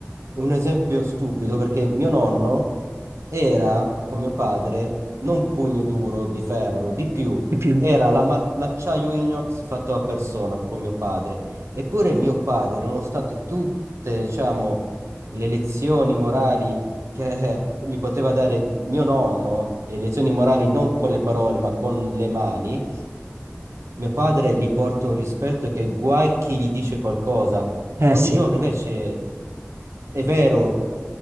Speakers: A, on the right; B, on the right.
A: un esempio stupido perché mio nonno era, con mio padre, non pugno duro di ferro, di più,
B: di più.
A: era la ma- l'acciaio inox fatto a persona con mio padre. Eppure mio padre, nonostante tutte, diciamo, le lezioni morali che eh, gli poteva dare mio nonno, e lezioni morali non con le parole, ma con le mani, mio padre gli porta un rispetto che guai chi gli dice qualcosa.
B: Eh
A: Oggigiorno
B: sì,
A: invece è vero